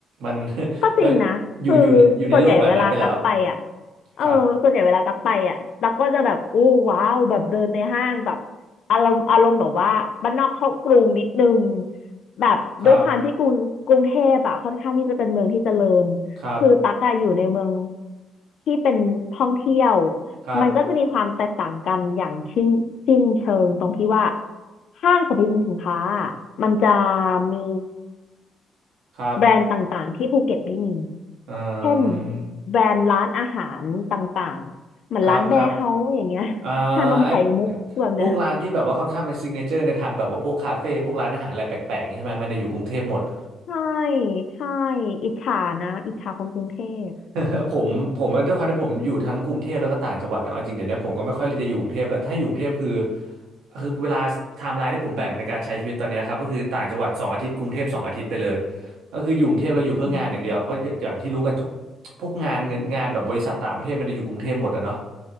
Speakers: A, on the right (about 85°); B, on the left (about 65°).
A: มัน <laughs>
B: ก็จริงนะคือ
A: เราอยู่อยู่ในอยู่ในโลกแบบนั้นไปแล้ว
B: ส่วนใหญ่เวลาตักไปอ่ะเออส่วนใหญ่เวลาตักไปอ่ะตักก็จะแบบอู้ว้าวแบบเดินในห้างแบบ
A: ครับ
B: อารมณ์อารมณ์แบบว่าบ้านนอกเข้ากรุงนิดนึงแบบด้วยความที่กรุงกรุงเทพอ่ะค่อนข้างที่จะเป็นเมืองที่เจริญ
A: ครับครับ
B: คือตักอะอยู่ในเมืองที่เป็นท่องเที่ยว
A: ครับ
B: มันก็จะมีความแตกต่างกันอย่างชิ้นสิ้นเชิงตรงที่ว่าห้างสรรพสินค้าอะมันจะมี
A: ครับ
B: แบรนด์ต่างๆที่ภูเก็ตไม่มี
A: เอ่อ
B: เช่นแบรนด์ร้านอาหารต่างๆเหมือนร้านแบร์เฮาส์อย่างเงี้ย
A: ครับครับอ่า
B: <laughs> ชานมไข่มุกแบบเนี้ย
A: ไอไอ้พวกร้านที่แบบว่าค่อนข้างเป็นซิกเนเจอร์ในทางแบบว่าพวกคาเฟ่พวกร้านอาหารอะไรแปลกๆอย่างนี้ใช่ไหมมันจะอยู่กรุงเทพหมด
B: ใช่ใช่อิจฉานะอิจฉาคนกรุงเทพ
A: <laughs> ผมผมว่าด้วยความที่ผมอยู่ทั้งกรุงเทพแล้วก็ต่างจังหวัดเนอะเอาจริงเดี๋ยวนี้ผมก็ไม่ค่อยจะอยู่กรุงเทพแล้วถ้าอยู่กรุงเทพคือคือเวลาไทม์ไลน์ที่ผมแบ่งในการใช้ชีวิตตอนเนี้ยครับก็คือต่างจังหวัดสองอาทิตย์กรุงเทพสองอาทิตย์ไปเลยก็คืออยู่กรุงเทพเราอยู่เพื่องานอย่างเดียวเพราะอย่างที่รู้กันทุก
B: อืม
A: พวกงานเงินงานแบบบริษัทต่างประเทศมันจะอยู่กรุงเทพหมดอะเนาะ